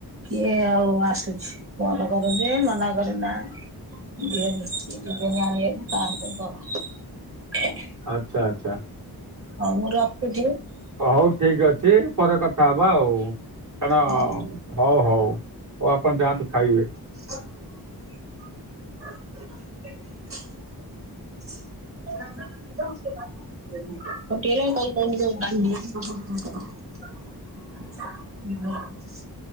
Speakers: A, on the right (about 35°); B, on the right (about 50°).
A: କିଏ ଆଉ ଆସୁଛି। ଫୋନ କର ସିଏ ମନା କରେ। ନାଇଁ। <unintelligible>
B: ଆଚ୍ଛା ଆଚ୍ଛା।
A: ହଉ ମୁଁ ରଖୁଛି।
B: ହଉ ଠିକ ଅଛି ପରେ କଥା ହବା ଆଉ କାରଣ।
A: ଆଉ
B: ହଉ ହଉ ହଉ ଆପଣ ଯାଆନ୍ତୁ ଖାଇବେ।
A: <unintelligible> <unintelligible> ଆଉ ଟିକେ ହେଲାନି ତାକୁ କହୁନୁ ଯାଇକି ପାଣି ନେଇଆସିବ। <unintelligible>